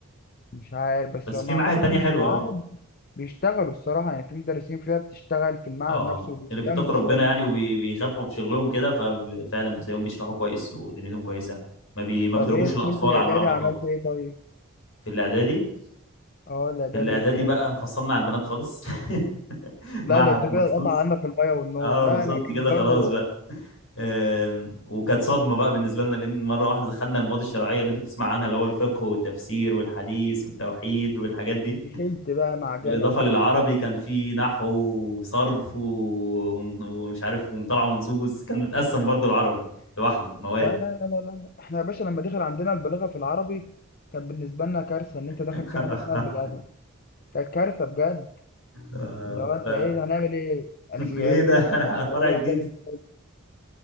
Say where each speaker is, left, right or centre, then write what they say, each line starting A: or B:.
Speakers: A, on the left; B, on the left.
A: مش عارف بس
B: بس
A: ما
B: في معاهد
A: أعتقد
B: تانية
A: إن
B: حلوه
A: المعاهد
B: اه
A: بيشتغلوا الصراحة يعني في مدرسين فيها بتشتغل في المعهد
B: اه آه.
A: نفسه وبيهتموا
B: اللي بيتقوا
A: شوية
B: ربنا يعني وبيخفوا في شغلهم كده ففعلا بتلاقيهم بيشرحوا كويس ودنيتهم كويسه ما بي... ما بيضربوش
A: طب إيه دخلت
B: الاطفال
A: الإعدادي
B: على ملعب
A: عملت
B: الطاوله
A: إيه طيب؟
B: في الاعدادي
A: أه الإعدادي
B: الاعدادي
A: الدنيا
B: بقى انفصلنا على البنات خالص <laughs>
A: لا
B: معهد
A: ده أنت كده
B: مخصوص
A: قطع عنك المية والنور
B: اه
A: لا
B: بالظبط
A: أنا
B: كده
A: كنت
B: خلاص
A: برضه
B: بقى أم، وكانت صدمه بقى بالنسبه لنا لان مره واحده دخلنا المواد الشرعيه اللي انت بتسمع عنها اللي هو الفقه والتفسير والحديث والتوحيد والحاجات دي
A: دخلت بقى معجنة
B: بالاضافه
A: بقى
B: للعربي كان في نحو وصرف و- ومش عارف ومطالعه منصوص كان متقسم برضو العربي لوحده مواد
A: لا لا لا لا لا إحنا يا باشا لما دخل عندنا البلاغة في العربي كان بالنسبة لنا كارثة إن
B: <laughs>
A: أنت داخل في حاجة اسمها البلاغة كانت كارثة بجد
B: آه،
A: اللي هو انت
B: ف
A: ايه هنعمل ايه؟ هنجي-
B: ايه
A: هيجي
B: ده
A: لك
B: <laughs>
A: ابعاد شهريه
B: فرع جديد
A: هتعمل فيها ايه؟